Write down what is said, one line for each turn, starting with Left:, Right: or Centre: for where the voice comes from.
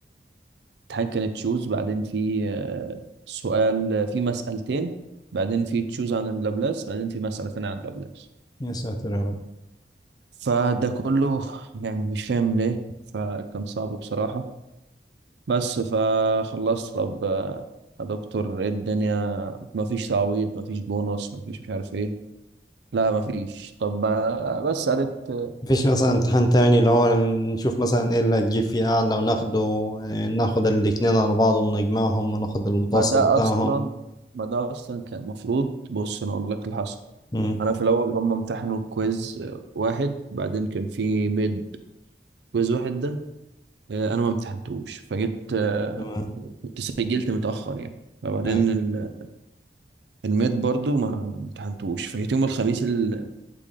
Right: امتحان كان تشوز بعدين في آه، سؤال في مسألتين بعدين في تشوز عن اللابلاس بعدين في مسألتين عن اللابلاس
Left: يا ساتر يا رب
Right: فده كله يعني مش فاهم ليه فكان صعب بصراحة بس فخلصت طب آه، يا دكتور ايه الدنيا مفيش تعويض مفيش بونص مفيش مش عارف ايه لا مفيش طب آه، بس قالت آه،
Left: مفيش مثلا امتحان تاني اللي هو نشوف مثلا ايه اللي هتجيب فيه اعلى وناخده إيه، ناخد الاتنين على بعض ونجمعهم وناخد المتوسط
Right: ما ده
Left: بتاعهم
Right: اصلا ما ده اصلا كان المفروض بص انا اقول لك اللي حصل
Left: امم
Right: انا في الاول هم امتحنوا كويز واحد بعدين كان في ميد كويز واحد ده آه، انا ما امتحنتوش فجيت آه،
Left: تمام
Right: كنت سجلت متاخر يعني فبعدين
Left: أي.
Right: ال- الميد برضو ما امتحنتوش فجيت يوم الخميس ال...